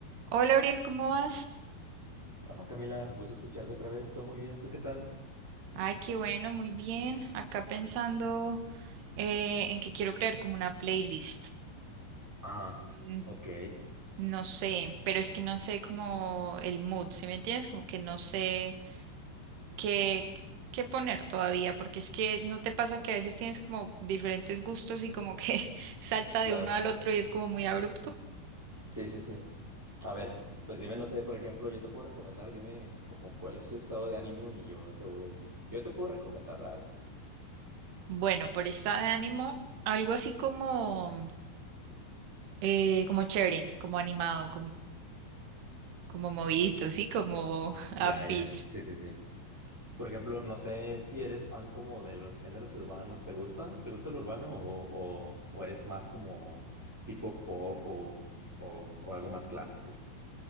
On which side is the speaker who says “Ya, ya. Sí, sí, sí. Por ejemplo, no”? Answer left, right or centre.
Centre